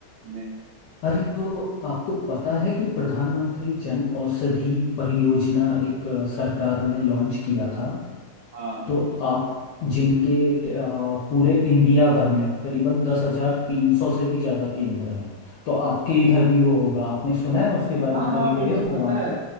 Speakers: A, on the right (about 75°); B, on the left (about 75°).
A: इन्हें
B: अरे तो आपको पता है कि प्रधानमंत्री जन औषधि परियोजना एक अ, सरकार ने लॉन्च किया था
A: हाँ
B: तो आप जिनके अ, पूरे इंडिया भर में करीबन दस हजार तीन सौ से भी ज़्यादा केंद्र हैं तो आपके इधर भी वो होगा आपने सुना है उसके बारे
A: हाँ
B: में
A: हाँ
B: कभी
A: वो
B: गए हो
A: तो पता
B: वहाँ
A: है